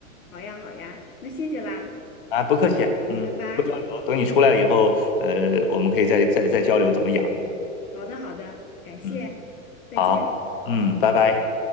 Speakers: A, on the left (about 80°); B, on the left (about 40°).
A: 好呀，好呀，那谢谢啦，
B: 啊，不客气，嗯，
A: 拜拜。
B: 不交流，等你出来以后，呃，我们可以再再再交流怎么养啊
A: 好的，好的，感谢，
B: 嗯，
A: 再见。
B: 好，嗯，拜拜。